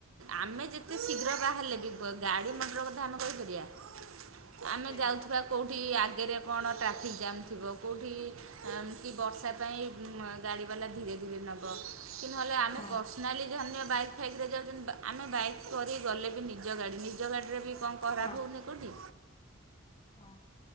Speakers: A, on the right; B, on the left.
A: ଆମେ ଯେ ଏତେ ଶୀଘ୍ର ବାାହାହାର ହେଲେ ବି ଗାଡ଼ି ମଟର କଥା ଆମେ କହିପାରିବା। ଆମେ
B: ସେଇଆ
A: ଯାଉଥିବା କଉଠି ଆଗରେ। କଣ ଟ୍ରାଫିକ୍ ଜାମ୍ ଥିବ କେଉଁଠି କି ବର୍ଷା ପାଇଁ ଗାଡ଼ି ବାଲା ଧୀରେ ଧୀରେ। ନେବ କି ନହେଲେ ଆମେ
B: ହଁ।
A: ପର୍ସନାଲି ଯ ବାଇକ୍ ଫାଇକ୍ରେ ଯାଉଛନ୍ତି ଆମେ ବାଇକ୍। କରି ଗଲେ ବି ନିଜ ଗାଡ଼ି ନିଜ ଗାଡ଼ିରେ ବି କଣ ଖରାପ
B: ହଁ
A: ହେଉନି କେଉଁଠି।
B: ହଁ।